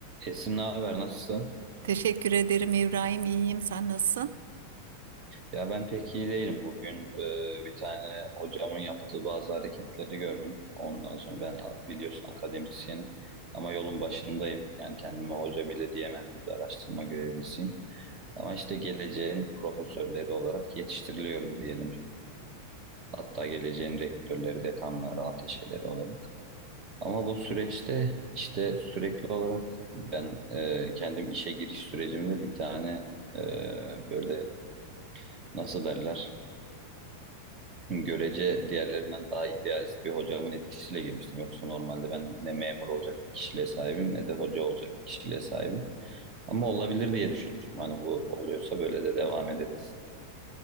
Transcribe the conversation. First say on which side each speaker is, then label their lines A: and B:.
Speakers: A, on the right; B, on the right.
A: Esin ne haber nasılsın?
B: Teşekkür ederim İbrahim. İyiyim. Sen nasılsın?
A: Ya ben pek iyi değilim bugün. Ee, bir tane hocamın yaptığı bazı hareketleri gördüm. Ondan sonra ben a- biliyorsun akademisyenim ama yolun başındayım. Yani kendime hoca bile diyemem henüz araştırma görevlisiyim. Ama işte geleceğin profesörleri olarak yetiştiriliyoruz diyelim. Hatta geleceğin rektörleri, dekanları, ateşeleri olarak. Ama bu süreçte işte sürekli olarak ben e, kendim işe giriş sürecimde bir tane e, böyle nasıl derler? Görece diğerlerinden daha idealist bir hocamın etkisiyle girmiştim. Yoksa normalde ben ne memur olacak bir kişiliğe sahibim ne de hoca olacak bir kişiliğe sahibim. Ama olabilir diye düşünmüştüm. Hani bu oluyorsa böyle de devam edebilir diye.